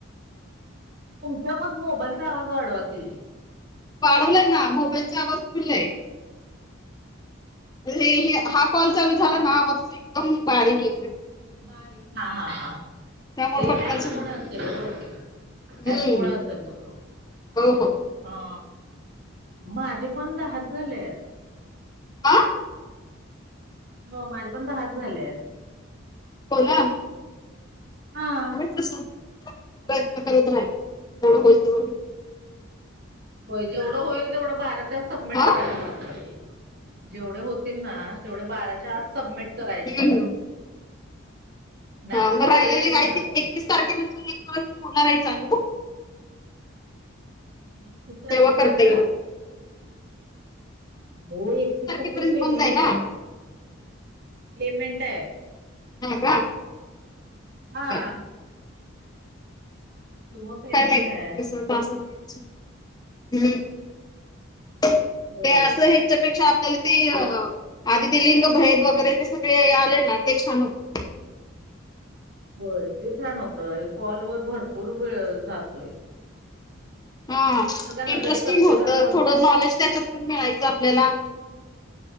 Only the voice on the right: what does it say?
तुमचा मग मोबाईलचा आवाज वाढवा की
मग तुम्हाला
कसा
आवाज
बारीक हा हा हा
ते
अँप
मुळ असल ओ.
अँप मुळ असल मग
हा माझे पण दहाच झालेत.
हो माझे पण दहाच झालेत.
हा.
होय. जेवढं होईल तेवढं बाराच्या आत सबमिट
करायच मात्र, जेवढे होत तीन ना तेवढे बाराच्या आत सबमिट करायचे.
नाही
तर
ते सगळेच
घालणार
मग
तीस तारखे
पर्यंत
हो. एकतीस
तारखेला पेमेंट
ये, पेमेंट ये.
हां
किंवा पेमेंट
आहे
होय
होय. ते छान होतं. हे कॉल वर भरपूर वेळ जातोय.
बघा ना
तरी प्रत्येकाला